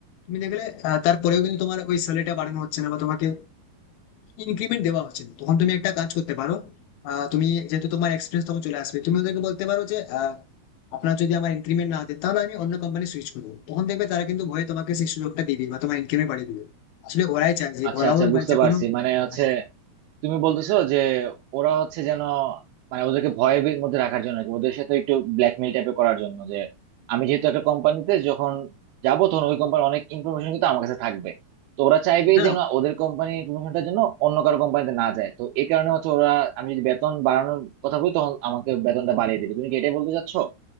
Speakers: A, on the left; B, on the right.
A: তুমি দেখলে আহ, তারপরেও কিন্তু তোমার ওই স্যালারিটা বাড়ানো হচ্ছে না বা তোমাকে ইনক্রিমেন্ট দেওয়া হচ্ছে না তখন তুমি একটা কাজ করতে পারো আহ, তুমি যেহেতু তোমার এক্সপিরিয়েন্স তখন চলে আসবে তুমি ওদেরকে বলতে পারো যে আহ, আপনার যদি আমার ইনক্রিমেন্ট না দেয় তাহলে আমি অন্য কোম্পানি সুইচ করবো তখন দেখবে তারা কিন্তু ভয়ে তোমাকে সেই সুযোগটা দিবে বা তোমার ইনক্রিমেন্ট বাড়িয়ে দিবে আসলে ওরাই চায় যে
B: আচ্ছা
A: ওরাও
B: আচ্ছা বুঝতে
A: মানে যে
B: পারছি
A: কোনো
B: মানে হচ্ছে
A: হ্যাঁ,
B: তুমি বলতেছো যে ওরা হচ্ছে যেন মানে ওদেরকে ভয়ের বি- মধ্যে রাখার জন্য আর কি, ওদের সাথে একটু ব্ল্যাকমেল টাইপের করার জন্য যে আমি যেহেতু একটা কোম্পানিতে যখন যাবো তখন ওই কোম্পানির অনেক ইনফরমেশন কিন্তু আমার কাছে থাকবে তো ওরা চাইবেই
A: না
B: যেন
A: না
B: ওদের কোম্পানির ইনফরমেশনটা যেন অন্য কারো কোম্পানিতে না যায় তো এই কারণে হচ্ছে ওরা আমি যদি বেতন বাড়ানোর কথা বলি তখন আমাকে বেতনটা বাড়িয়ে দিবে তুমি কি এটাই বলতে চাচ্ছো